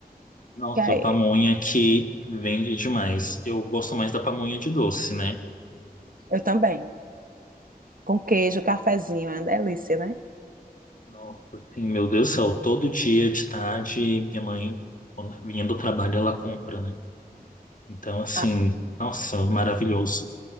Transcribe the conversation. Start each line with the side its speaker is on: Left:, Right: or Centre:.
Left: Nossa,
Right: Que aí-
Left: pamonha que vende demais. Eu gosto mais da pamonha de doce, né?
Right: Eu também. Com queijo, cafezinho, é uma delícia, né?
Left: Nossa, assim, meu Deus do céu, todo dia de tarde, minha mãe, quando vinha do trabalho, ela compra, né? Então, assim,
Right: Ah,
Left: nossa, maravilhoso.